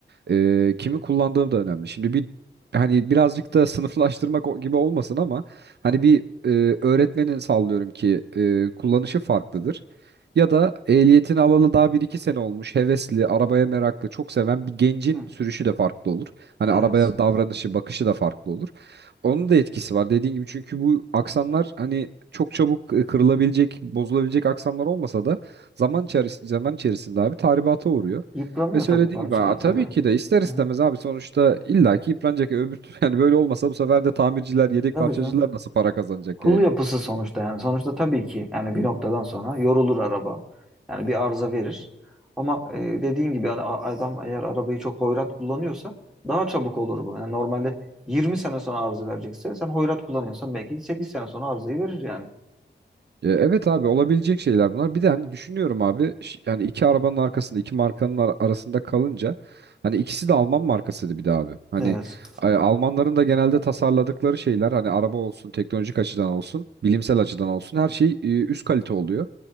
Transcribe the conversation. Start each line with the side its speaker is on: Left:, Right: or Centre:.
Right: ee, kimi kullandığım da önemli. Şimdi bir hani birazcık da sınıflaştırmak o- gibi olmasın ama hani bir e, öğretmenin sallıyorum ki e, kullanışı farklıdır. Ya da ehliyetini alalı daha bir iki sene olmuş, hevesli, arabaya meraklı, çok seven bir gencin
Centre: Hı,
Right: sürüşü de farklı olur. Hani
Centre: evet.
Right: arabaya davranışı, bakışı da farklı olur. Onun da etkisi var dediğin gibi çünkü bu aksanlar hani çok çabuk e, kırılabilecek, bozulabilecek aksanlar olmasa da zaman içerisinde, zaman içerisinde abi tahribata uğruyor.
Centre: Yıpranıyor
Right: Ve söylediğin
Centre: tabii parçalar
Right: gibi "Aa, tabii
Centre: tabii.
Right: ki de ister istemez
Centre: Hı,
Right: abi sonuçta illaki yıpranacak. Öbür <laughs> yani böyle olmasa bu sefer de tamirciler, yedek
Centre: tabii
Right: parçacılar
Centre: canım.
Right: nasıl para kazanacak
Centre: Kul
Right: yani?
Centre: yapısı sonuçta yani. Sonuçta tabii ki yani bir noktadan sonra yorulur araba. Yani bir arıza verir. Ama e, dediğin gibi yani a- adam eğer arabayı çok hoyrat kullanıyorsa daha çabuk olur bu. Yani normalde 20 sene sonra arıza verecekse sen hoyrat kullanıyorsan belki 8 sene sonra arızayı verir yani.
Right: E, Evet abi olabilecek şeyler bunlar. Bir de hani düşünüyorum abi ş- yani iki arabanın arkasında iki markanın ar- arasında kalınca hani ikisi de Alman markasıydı bir de abi. Hani
Centre: Evet.
Right: e, Almanların da genelde tasarladıkları şeyler hani araba olsun teknolojik açıdan olsun bilimsel açıdan olsun her şey e, üst kalite oluyor.